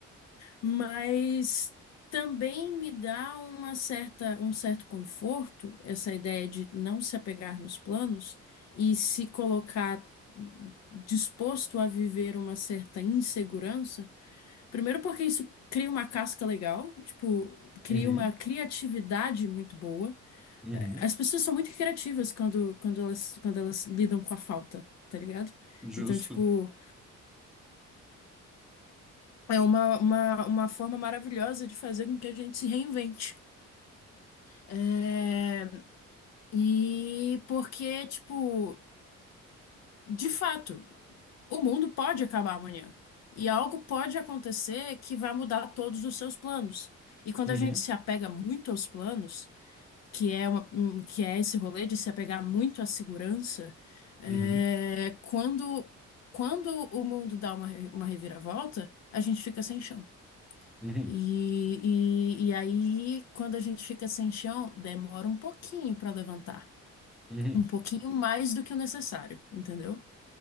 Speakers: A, on the left; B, in the centre.
A: Mas também me dá uma certa, um certo conforto essa ideia de não se apegar nos planos e se colocar disposto a viver uma certa insegurança. Primeiro porque isso cria uma casca legal, tipo, cria
B: uhum,
A: uma criatividade muito boa
B: uhum,
A: é, As pessoas são muito criativas quando, quando elas, quando elas lidam com a falta, tá ligado?
B: justo.
A: Então, tipo, é uma, uma, uma forma maravilhosa de fazer com que a gente se reinvente. É, E porque, tipo, de fato, o mundo pode acabar amanhã. E algo pode acontecer que vai mudar todos os seus planos. E quando
B: Uhum,
A: a gente se apega muito aos planos, que é uma, um, que é esse rolê de se apegar muito à segurança, é,
B: uhum,
A: quando, quando o mundo dá uma, re- uma reviravolta, a gente fica sem chão.
B: uhum,
A: E, e, e aí, quando a gente fica sem chão, demora um pouquinho para levantar.
B: uhum.
A: Um pouquinho mais do que o necessário, entendeu?